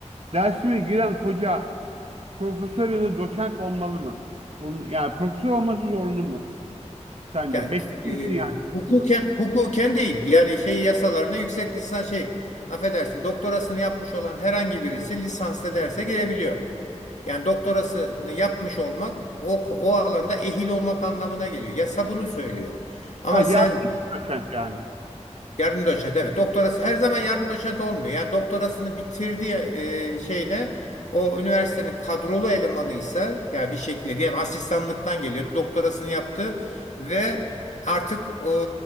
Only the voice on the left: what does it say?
Yani,
e,
hukuken,
hukuken değil. Yani şey yasalarına yüksek lisans şey affedersin doktorasını yapmış olan herhangi birisi lisanslı derse girebiliyor. Yani doktorasını yapmış olmak o, o alanda ehil olmak anlamına geliyor. Yasa bunu söylüyor. Ama
sen
Yardımcı doçent evet doktorası her zaman yardımcı doçent olmuyor. Yani doktorasını bitirdiği e, şeyle o üniversitenin kadrolu elemanıysa ya bir şekilde diyelim asistanlıktan geliyor doktorasını yaptı ve artık e,